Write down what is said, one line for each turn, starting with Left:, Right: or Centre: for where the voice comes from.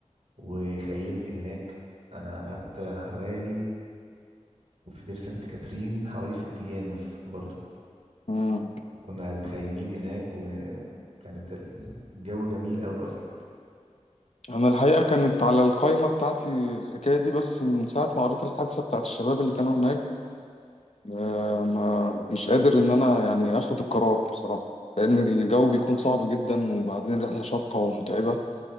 Right: وخيمت هناك انا قعدت حوالي في دير سانت كاترين حوالي ست ايام مثلا برضو
Left: مم.
Right: كنا قاعد مخيمين هناك وكانت الجو جميل قوي اصلا
Left: انا الحقيقة كانت على القائمة بتاعتي الحكاية دي بس من ساعة ما قريت الحادثة بتاعت الشباب اللي كانوا هناك آه، ما مش قادر ان انا يعني اخد القرار بصراحة لان الجو بيكون صعب جدا وبعدين الرحلة شاقة ومتعبة